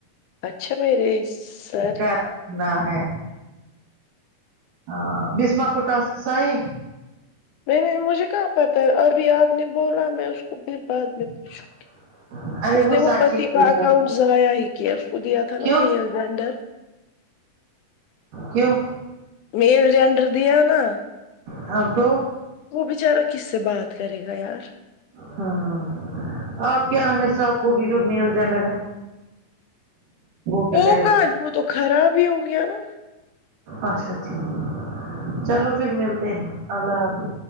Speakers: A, on the left; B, on the right.
A: اچھا میرری سر
B: اگر نہ ہے ہاں بسما کوٹاسک سائی
A: نہیں نہیں مجھے کہاں پتہ ہے ابھی آپ نے بولا میں اس کو پھر بعد میں پوچھوں
B: <inaudible>
A: اس نے وہ
B: سچی
A: پتی
B: نہیں
A: کا اکاؤنٹ
B: بول
A: ضائع ہی کیا دیا تھا
B: کیوں
A: نا میل جینڈر
B: کیوں
A: میین جینڈر دی ہے نا
B: ہاں تو
A: وہ بچارا کس سے بات کرے گا یار
B: ہاں آپ کیا رگے صاحب کو بھی جو میل جینڈر ہے کیا
A: وہ
B: کرے گا
A: کادموں تو خراب ہی ہو گیا نا
B: اچھا ٹھیک چلو پھر ملتے ہیں اللہ حافظ